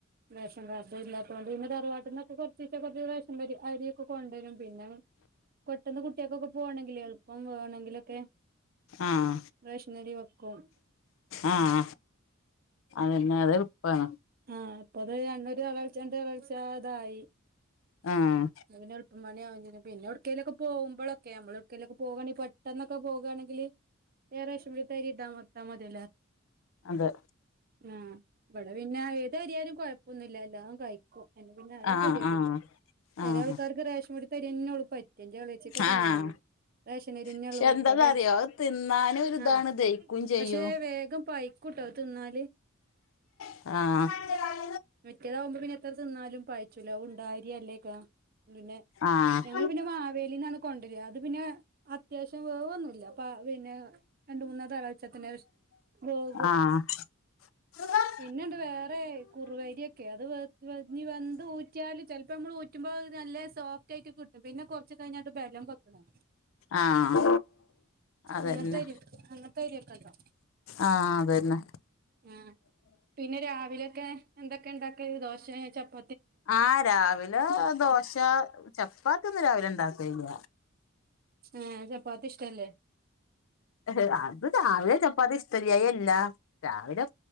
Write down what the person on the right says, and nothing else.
റേഷൻ കാർഡ് ഇല്ലാത്തോണ്ട് പിന്നെ തറുവാട്ട്ന്നൊക്കെ കൊറച്ചിച്ചെ കൊറച്ചിച്ചെ റേഷനരി. കൊണ്ടരും പിന്നെ പെട്ടെന്ന് കുട്ടിയാക്കൊക്കെ പോണെങ്കിൽ എളുപ്പം വേഗണെങ്കിലൊക്കെ.
റേഷനരി വെക്കും.
ആഹ അപ്പൊ അത് <unintelligible> തളച്ചാഅതായി <unintelligible>
<unintelligible> പിന്നെ എടു േക്കലൊക്കെ പോവുമ്പോളക്കെ നമ്മൾ എടുകേലൊക്കെ പോവാണെങ്കില് പെട്ടന്നൊക്കെ പോകാണെങ്കില്. വേ റേഷൻപിടിത്ത അരി ഇട്ട <unintelligible>
ആ പിന്നെ ഏത് അരിയാലും കുഴപ്പൊന്നുല്ല എല്ലാം കഴിക്കും. <unintelligible>
ചെല ആൾക്കാർക്ക് റേഷൻ പീടിത്തെ അരിയെന്നൊ ള്ളു പറ്റാ. ഇന്റെ എളേച്ചി കൊക്കെ
അങ്ങനെ ണ്. റേഷനരിയെന്നൊ
ള്ളു വെക്ക
വെൽ
ആ
പക്ഷേ വേഗം പയി <unintelligible> തിന്നാല്.
മറ്റേതാകുമ്പോ പിന്നെ എത്ര തിന്നാലും പയിച്ചുല ഉണ്ടായിരിയ അല്ലേക്കാരും പിന്നെ.
ഞങ്ങൾ പിന്നെ മാവേലിന്നാണ് കൊണ്ടര അത് പിന്നെ അത്യാവശ്യം വേവൊന്നുല്ല. പ പിന്നെ രണ്ട് മൂന്നാ തളച്ചാ തന്നെ വേവും
പിന്നെണ്ട് വേറെ കുറുവരിയൊക്കെ അത് വ വെന്ത് ഊറ്റിയാല് ചിലപ്പോ നമ്മൾഊ റ്റുമ്പോ അത് നല്ല സോഫ്റ്റ് ആയിട്ട് കിട്ടും പിന്നെ കുറച്ച് കഴിഞ്ഞാട് ബലം വെക്കും.
അങ്ങത്തരി അങ്ങനത്തരിയൊക്കെ ഉണ്ടോ?
ആഹ് പിന്നെ രാവിലൊക്കെ എന്തൊക്കെ ഇണ്ടാക്കല് ദോശേ ചപ്പ
ഏ ചപ്പാത്തി ഇഷ്ടല്ലേ?